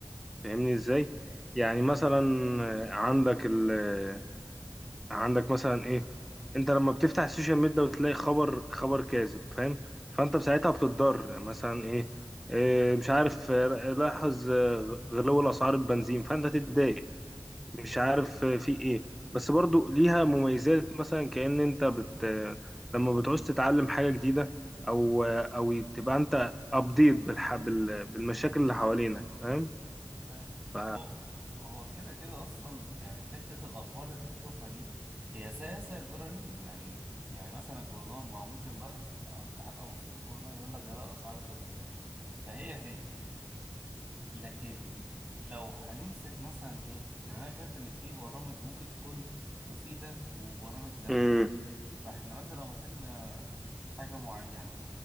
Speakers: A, in the centre; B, on the right (about 25°).
A: فاهمني ازاي يعني مثلا آه، عندك ال... آه، عندك مثلا ايه انت لما بتفتح السوشيال ميديا وتلاقي خبر خبر كاذب فاهم فانت ساعتها بتتضرر مثلا ايه, إيه مش عارف آه، لاحظ آه، غلو الأسعار البنزين فانت تتضايق مش عارف في ايه بس برضو ليها مميزات مثلا كأن انت بت لما بتعوز تتعلم حاجة جديدة او او تبقى انت ابديت بالح... بال... بالمشاكل اللي حوالينك فاهم
B: فاهم.
A: ف...
B: هو هو كده كده اصلا يعني حته الاخبار اللي بشوفها دي هي زيها زي الجرانين يعني يعني مثلا الجورنال ما هو ممكن بقى افتح ابص في الجورنال يقول لك غلاء اسعار البنزين فهي هي لكن لو هنمسك مثلا ايه يعني انا شايف ان في برامج ممكن تكون مفيدة وبرامج لا
A: امم
B: فاحنا مثلا لو مسكنا حاجة معينة